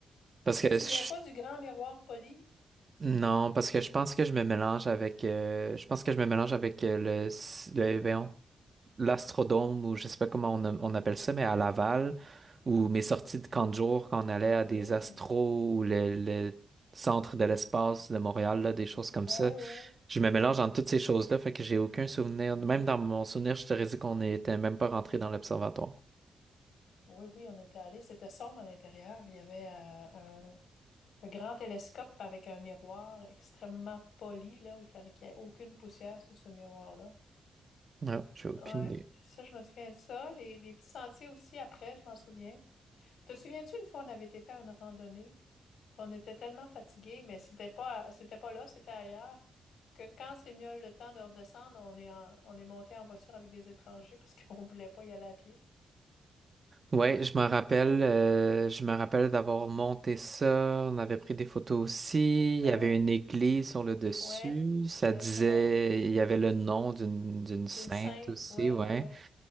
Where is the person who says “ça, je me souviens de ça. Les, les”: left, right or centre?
Left